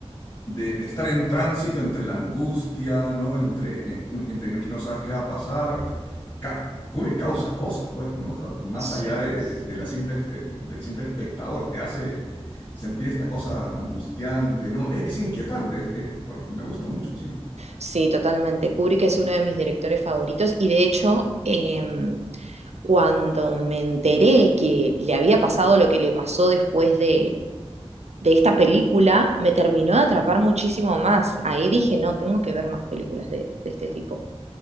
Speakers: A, on the left (about 40°); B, on the right (about 85°).
A: de- de estar en tránsito entre la angustia, ¿no? Entre, en- entre que no sabes qué va a pasar. Ca- Kubrick causa cosas, pues, ¿no? Ca- Más
B: sí,
A: allá de, de la simple, eh, del simple espectador. Te hace sentir esta cosa angustiante, ¿no? Es, es inquietante. es- eh, por- me gusta mucho, sí.
B: sí, totalmente. Kubrick es uno de mis directores favoritos y de hecho... em, cuando me enteré que le había pasado lo que le pasó después de, de esta película me terminó
A: Sí.
B: de atrapar muchísimo más. Ahí dije, no, tengo que ver más películas de, de este tipo.